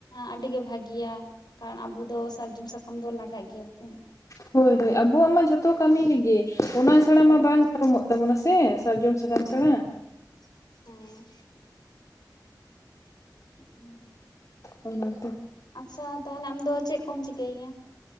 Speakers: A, on the left; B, on the left.
A: ᱟᱹᱰᱤ ᱜᱮ ᱵᱷᱟᱜᱤᱭᱟ ᱠᱟᱨᱚᱱ ᱟᱵᱚ ᱫᱚ ᱥᱟᱨᱡᱚᱢ ᱥᱟᱠᱟᱢ ᱫᱚ ᱞᱟᱜᱟᱜ ᱜᱤᱭᱟ ᱥᱮ
B: ᱦᱳᱭ ᱦᱳᱭ ᱟᱵᱚᱣᱟᱜ ᱢᱟ ᱡᱷᱚᱛᱚ ᱠᱟᱹᱢᱤ ᱨᱤᱜᱮ ᱚᱱᱟ ᱪᱷᱟᱲᱟ
A: ᱦᱳᱭ
B: ᱢᱟ ᱵᱟᱝ ᱯᱟᱨᱚᱢᱚᱜ ᱛᱟᱸᱵᱚᱱᱟ ᱥᱮ ᱥᱟᱨᱡᱚᱢ ᱥᱟᱠᱟᱢ
A: ᱦᱳᱭ
B: ᱪᱷᱟᱲᱟ
A: ᱦᱳᱭ ᱦᱮᱸ ᱦᱩᱸ
B: ᱚᱱᱟ ᱜᱮ
A: ᱟᱪᱷᱟ ᱛᱟᱦᱞᱮ ᱟᱢ ᱫᱚ ᱪᱮᱫ ᱠᱚᱢ ᱪᱤᱠᱟᱹᱭ ᱜᱮᱭᱟ?